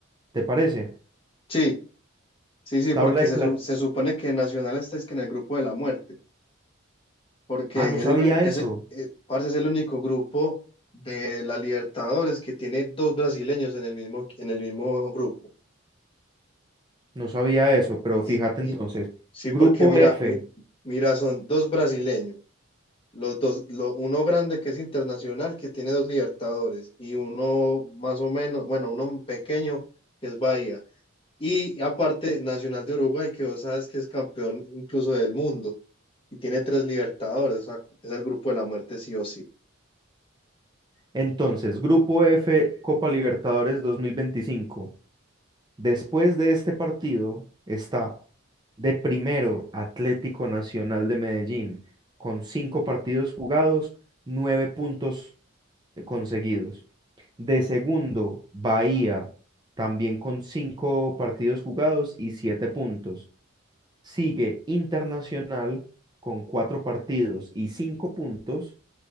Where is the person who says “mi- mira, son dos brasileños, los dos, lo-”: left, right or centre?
Left